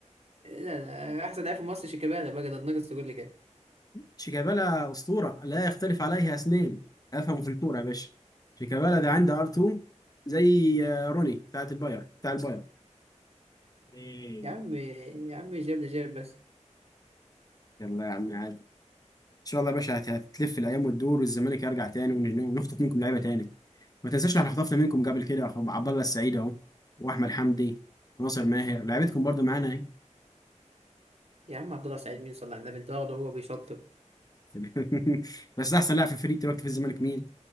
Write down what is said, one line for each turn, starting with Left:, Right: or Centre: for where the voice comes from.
Right: لا لا احسن لعيب في مصر شيكابالا بقى ده ناقص تقول لي كده
Left: شيكابالا أسطورة لا يختلف عليه اثنين أفهم في الكورة يا باشا شيكابالا ده عنده ار 2 زي آه، روني بتاعت الباير بتاع الباير إيه.
Right: يا عم يا عم جاب لي جاب بس
Left: يلا يا عم عادي ان شاء الله يا باشا هت- هتلف الايام وتدور والزمالك يرجع تاني ون- ونخطف منكم لعيبه تاني ما تنساش احنا خطفنا منكم قبل كده أخو عبد الله السعيد اهو واحمد حمدي وناصر ماهر لعيبتكم برضو معانا اهي
Right: يا عم عبد الله سعيد مين صلى على النبي انت واخده هو بيشطب
Left: <laughs> بس احسن لاعب في الفريق دلوقتي في الزمالك مين؟